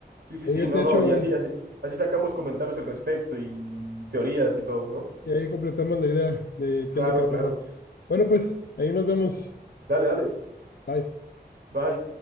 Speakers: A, on the right (about 75°); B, on the left (about 70°).
A: Sí, sí,
B: ahí
A: sí,
B: yo
A: no,
B: te
A: no,
B: echo
A: y
B: un,
A: así, así, así sacamos comentarios al respecto y teorías y todo, ¿no?
B: y ahí completamos la idea de
A: Claro,
B: qué es lo que va
A: claro.
B: a pasar. Bueno, pues ahí nos vemos.
A: Dale, dale.
B: Bye.
A: Bye.